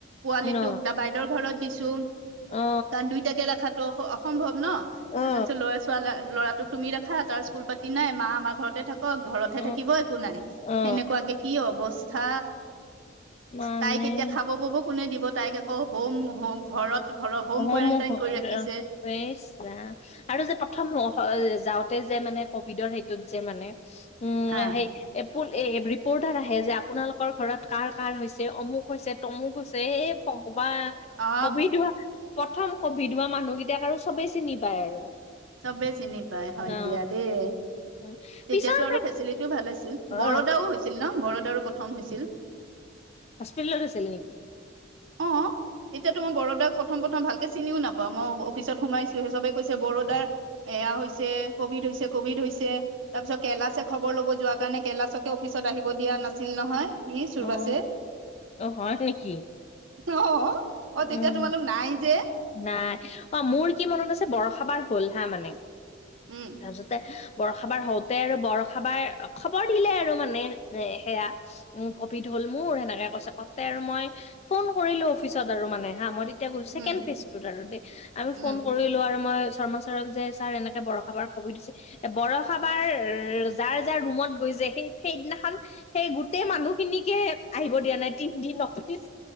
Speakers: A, on the right; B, on the left.
A: পোৱালিটোক
B: অ
A: দ বাইদেউৰ ঘৰত দিছো।
B: অ
A: তাত দুইটাকে ৰখাটো অ- সম্ভৱ ন
B: অ অ
A: ল'ৰা ছোৱালা ল'ৰাটোক তুমি দেখা তাৰ স্কুল পাতি- কি নাই মা আমাৰ ঘৰতে থাকক ঘৰতহে
B: অ
A: থাকিব একো নাই
B: অ
A: সেনেকুৱাকে কি অৱ- স্থা
B: মানে
A: তাইক কেতিয়া খাব পব- কোনে দিব? তাইক আকৌ হোম হো ঘৰত ঘৰৰ
B: হোম
A: কোৱাৰেণ্টাইন
B: অহ ইছ
A: কৰি ৰাখিছে
B: ৰাম আৰু যে প্ৰথম যাওঁ। যে মানে কভিডৰ সেইটোত যে মানে উ
A: হা
B: সেই এ ৰিপৰ্টাৰ আহে যে আপোনালোকৰ ঘৰত কাৰ কাৰ হৈছে অমুক হৈছে তমুক হৈছে এই বা
A: অ
B: কভিড হোৱা প্ৰথম কভিড হোৱা মানুহকেইটাক আৰু চবেই চিনি পায় আৰু।
A: চবে চিনি পায় হয়
B: অ
A: দিয়া দেই‌।
B: উ
A: তেতিয়াতো
B: পিছৰ
A: আৰু ফেচিলিটিও ভাল আছিল
B: অ
A: বৰোদাও হৈছিল ন বৰোদাৰো প্ৰথম হৈছিল।
B: হস্পিতেলত আছিল নেকি?
A: অহ। তেতিয়াতো মই বৰোদাক প্ৰথম প্ৰথম ভালকে চিনিও নাপাওঁ মই অফিচত সোমাইছো সেই সবেই কৈছে বৰোদাৰ এয়া হৈছে কভিড হৈছে কভিড হৈছে তাৰপিছত কেলাছে খবৰ ল'ব যোৱাৰ কাৰণে কলাচকে অফিচত আহিব দিয়া নাছিল নহয়। ই চুৰবাছে
B: অহ অ হয় নেকি?
A: ত‌ অ অ
B: উম
A: তেতিয়া তোমালোক নাই যে
B: নাই অ মোৰ কি মনত আছে বৰষাবাৰ হ'ল হা মানে
A: উম
B: তাৰপিছতে বৰষা বাৰ হওঁতে আৰু বৰষা বাৰ খবৰ দিলে আৰু মানে যে সেয়া আৰু কভিডৰ হ'ল মোৰ এনকে কৈছে কওতে আৰু মই ফোন কৰিলো অফিচত আৰু মানে হা মই এতিয়া কৈছো চছেকেণ্ড
A: উম
B: ফেজটোতে আৰু দেই আমি
A: উম
B: ফোন কৰিলো আৰু মই শৰ্মচাৰক যে ছাৰ এনেকে বৰ- ষাবাৰ কভিড হৈছে বৰষাবাৰ যাৰ যাৰ ৰুমত গৈছে সেই সেইদিনাখন সেই গোটেই মানুহ খিনিকে আহিব দিয়া নাই তিনদিন অফিচ